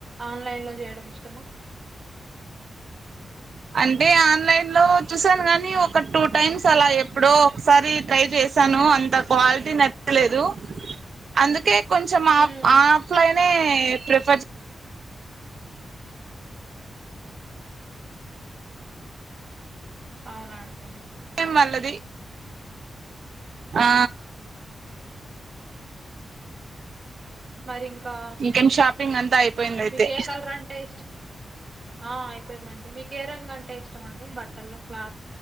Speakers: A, on the right; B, on the right.
A: ఆన్లైన్లో చేయడం ఇష్టమా
B: అంటే ఆన్లైన్లో చూసాను కానీ ఒక టూ టైమ్స్ అలా ఎప్పుడో ఒకసారి ట్రై చేశాను అంత క్వాలిటీ నచ్చలేదు అందుకే కొంచెం
A: హ్మ్.
B: ఆ ఆఫ్లైనే ప్రిఫర్
A: అవునండి
B: ఏ మల్లది ఆ
A: మరి ఇంకా
B: ఇంకేం షాపింగ్ అంతా అయిపోయింది అయితే
A: మీకే ఎ కాలర్ అంటే ఇష్టం ఆ అయిపోయిందండి మీకే ఏ రంగు అంటే ఇష్టం అండి బట్టల్లో క్లా